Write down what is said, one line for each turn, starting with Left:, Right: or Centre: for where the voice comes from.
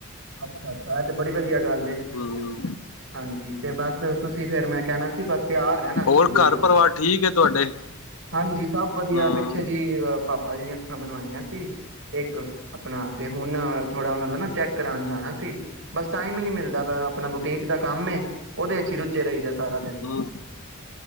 Right: ਅੱਛਾ-ਅੱਛਾ ਇਹ ਤੇ ਬੜੀ ਵਧੀਆ ਗੱਲ ਏ
Left: ਹੂੰ
Right: ਹਾਂਜੀ ਤੇ ਬਸ ਤੁਸੀਂ ਫਿਰੇ ਮੈਂ ਕਹਿਣਾ ਸੀ ਬਸ ਤਿਆਰ ਰਹਿਣਾ ਤੁਸੀਂ
Left: ਹੋਰ
Right: ਬਿਲਕੁਲ,
Left: ਘਰ ਪਰਿਵਾਰ ਠੀਕ ਹੈ ਤੁਹਾਡੇ
Right: ਹਾਂਜੀ ਸਭ ਵਧੀਆ
Left: ਹੂੰ
Right: ਪਿੱਛੇ ਜੀ ਪਾਪਾ ਜੀ ਦੀਆਂ ਅੱਖਾਂ ਬਣਵਾਈਆਂ। ਜੀ, ਇੱਕ ਆਪਣਾ ਤੇ ਹੁਣ ਥੋੜਾ ਉਹਨਾ ਦਾ ਨਾ ਚੈੱਕ ਕਰਾਨ ਜਾਣਾ ਸੀ ਬਸ ਟਾਈਮ ਹੀ ਨਹੀ ਮਿਲਦਾ। ਬੈ ਆ ਆਪਣਾ ਬੁਟੀਕ ਦਾ ਕੰਮ ਏ ਉਹਦੇ ਚੋ ਰੁਜੇ ਰਇਦੇ ਸਾਰਾ ਦਿਨ।
Left: ਹੂੰ